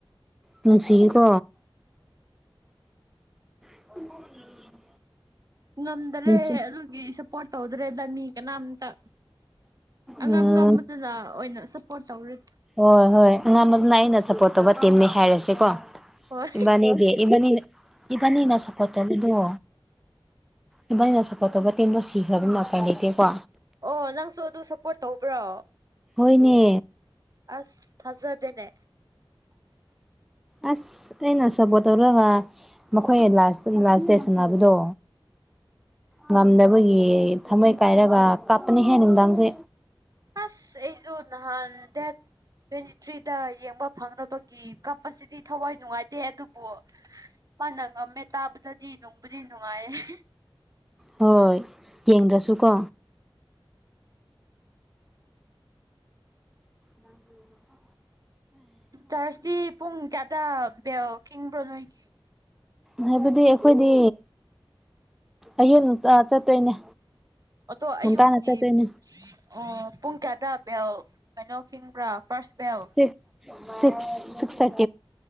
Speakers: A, in the centre; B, on the right (about 40°).
A: ꯅꯨꯡꯁꯤꯀꯣ <unintelligible>
B: ꯉꯝꯗ꯭ꯔꯦ
A: ꯅꯨꯡꯁꯤ
B: ꯑꯗꯨꯒꯤ ꯁꯞꯄꯣꯔꯠ ꯇꯧꯗ꯭ꯔꯦꯗ ꯃꯤ ꯀꯅꯥꯝꯇ ꯑꯉꯝ
A: ꯎꯝ
B: ꯉꯝꯕꯗꯨꯅ ꯑꯣꯏꯅ ꯁꯞꯄꯣꯔꯠ ꯇꯧꯔꯦ
A: ꯍꯣꯏ ꯍꯣꯏ ꯑꯉꯝꯕꯗꯨꯅ ꯑꯩꯅ ꯁꯞꯄꯣꯔꯠ ꯇꯧꯕ ꯇꯤꯝꯅꯤ ꯍꯥꯏꯔꯁꯤꯀꯣ
B: ꯍꯣꯏ
A: ꯏꯕꯥꯅꯤꯗꯤ ꯏꯕꯥꯅꯤꯅ ꯏꯕꯥꯅꯤꯅ ꯁꯄꯣꯔꯠ ꯇꯧꯔꯤꯗꯣ ꯏꯕꯥꯅꯤꯅ ꯁꯞꯄꯣꯔꯠ ꯇꯧꯕ ꯇꯤꯝꯗꯣ ꯁꯤꯈ꯭ꯔꯕꯅꯤꯅ ꯎꯄꯥꯏ ꯂꯩꯇꯦꯀꯣ
B: ꯑꯣ ꯅꯪꯁꯨ ꯑꯗꯨ ꯁꯞꯄꯣꯔꯠ ꯇꯧꯕ꯭ꯔꯣ
A: ꯍꯣꯏꯅꯦ
B: ꯑꯁ ꯊꯥꯖꯗꯦꯅꯦ
A: ꯑꯁ ꯑꯩꯅ ꯁꯄꯣꯔꯇ ꯇꯧꯔꯒ ꯃꯈꯣꯏꯅ ꯂꯥꯁ ꯂꯥꯁ ꯗꯦ ꯁꯥꯟꯅꯕꯗꯣ ꯉꯝꯗꯕꯒꯤ ꯊꯝꯃꯣꯏ ꯀꯥꯏꯔꯒ ꯀꯥꯞꯄꯅꯤꯍꯦ ꯅꯨꯡꯗꯥꯡꯁꯦ
B: ꯑꯁ ꯑꯩꯁꯨ ꯅꯍꯥꯟ ꯗꯦꯠ ꯇ꯭ꯋꯦꯟꯇꯤ ꯊ꯭ꯔꯤꯗ ꯌꯦꯡꯕ ꯐꯪꯗꯕ ꯀꯦ ꯀꯞꯄꯁꯤꯗꯤ ꯊꯋꯥꯏ ꯅꯨꯡꯉꯥꯏꯇꯦ ꯑꯗꯨꯕꯨ ꯃꯥꯅ ꯉꯝꯃꯦ ꯇꯥꯕꯗꯗꯤ ꯅꯨꯡꯕꯨꯗꯤ ꯅꯨꯡꯉꯥꯏꯌꯦ
A: ꯍꯣꯏ ꯌꯦꯡꯗ꯭ꯔꯁꯨ ꯀꯣ <unintelligible>
B: ꯆꯥꯔꯖꯇꯤ ꯄꯨꯡ ꯀꯌꯥꯗꯥ ꯕꯦꯜ ꯈꯤꯡꯕ꯭ꯔꯣ ꯅꯣꯏꯒꯤ
A: ꯍꯥꯏꯕꯗꯤ ꯑꯩꯈꯣꯏꯗꯤ ꯑꯌꯨꯛ ꯑꯟꯇꯥ ꯆꯠꯇꯣꯏꯅꯦ
B: ꯑꯣꯇꯣ
A: ꯉꯟꯇꯥꯅ
B: ꯑꯌꯨꯛꯀꯤ
A: ꯆꯠꯇꯣꯏꯅꯦ
B: ꯑꯣ ꯄꯨꯡ ꯀꯌꯥꯗ ꯕꯦꯜ ꯀꯩꯅꯣ ꯈꯤꯡꯕ꯭ꯔꯥ ꯐꯥꯔꯁ ꯕꯦꯜ
A: ꯁꯤ ꯁꯤꯛꯁ ꯁꯤꯛꯁ <unintelligible>